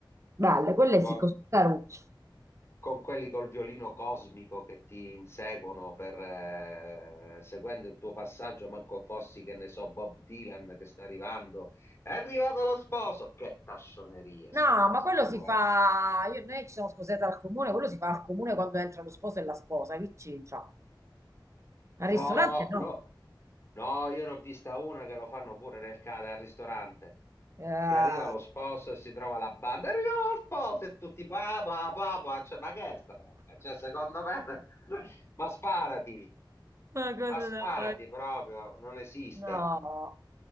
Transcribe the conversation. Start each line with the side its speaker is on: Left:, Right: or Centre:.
Right: Belle, quelle sì,
Left: Col,
Right: così carucce.
Left: con quelli col violino cosmico che ti inseguono per, eh, seguendo il tuo passaggio, manco fossi che ne so, Bob Dylan che sta arrivando, è arrivato lo sposo, che tascionerie
Right: No,
Left: ste cose,
Right: ma quello
Left: proprio,
Right: si
Left: guarda.
Right: fa. Io, noi ci siamo sposate al comune, quello si fa al comune quando entra lo sposo e la sposa, che c'entra? Al
Left: No,
Right: ristorante no.
Left: lo- no, io ne ho vista una che lo fanno pure nel, ca- al ristorante,
Right: Eh,
Left: che arriva lo sposo
Right: <laughs>
Left: e si trova la banda, arriva lo sposo e tutti papà, papà, cioè, ma che è sta roba? Cioè, secondo me, <laughs> ma sparati,
Right: Ma cosa
Left: ma sparati
Right: da fare?
Left: proprio, non esiste.
Right: no.